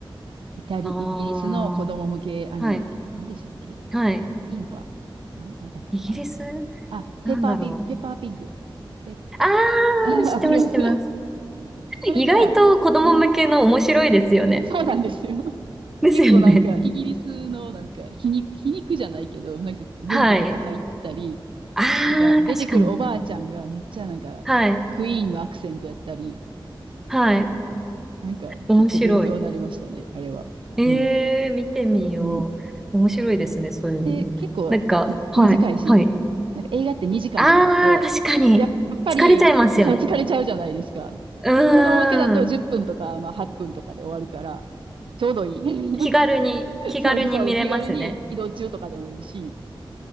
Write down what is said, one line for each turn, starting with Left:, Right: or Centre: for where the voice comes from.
Right: イタリ、
Centre: あ
Right: イギリスの子供向けアニメ、
Centre: あ、はい。
Right: 何でしたっけ
Centre: はい。
Right: ピンパ。なん、なんだったかな。
Centre: イギリス
Right: あ、
Centre: なんだろう。
Right: ペッパーピッグ、ペッパーピッグ。ペッ、
Centre: ああ、
Right: <laughs> あ、
Centre: 知ってます、
Right: わかります。
Centre: 知ってます。
Right: それが、
Centre: 意外と子供向けの面白いですよね。
Right: <laughs> <laughs> そうなんですよ。
Centre: ですよね。
Right: 結構なんかイギリスのなんか皮肉、皮肉じゃないけど、なんか文化とか入ったり、
Centre: はい。ああ、
Right: なんか出てくるおばあちゃんがめっちゃなんかクイーンのアクセントやったり、
Centre: 確かに。はい。はい。
Right: なんか結構勉強になりましたね、
Centre: 面白い。
Right: あれは。
Centre: ええー、
Right: うん。
Centre: 見てみよう。
Right: うん。
Centre: 面白いですね、そういうのも。
Right: で、結構み短いし、
Centre: なんか、はい。はい。
Right: なんか映画って2時間とかあって、
Centre: ああ、確かに。
Right: やっやっぱりその疲れちゃうじゃないですか。
Centre: 疲れちゃいますよね。う
Right: で、子供向けだと10分とか、
Centre: ーん。
Right: まあ8分とかで終わるから、ちょうどいい。<laughs>
Centre: 気軽に、
Right: <laughs>
Centre: 気軽に見れますね。
Right: そうです、そうです。気軽に移動中とかでもいいし。